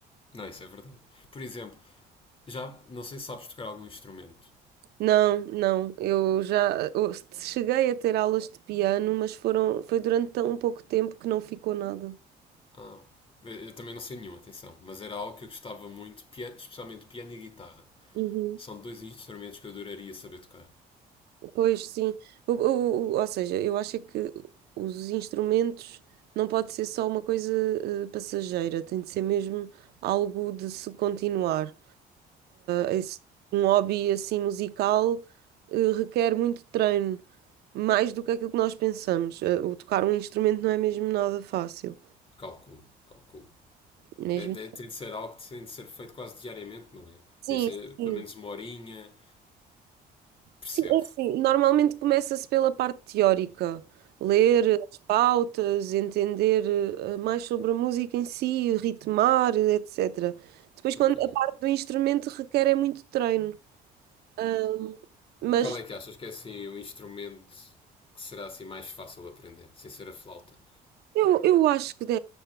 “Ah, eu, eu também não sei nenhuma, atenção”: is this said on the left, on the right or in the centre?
Left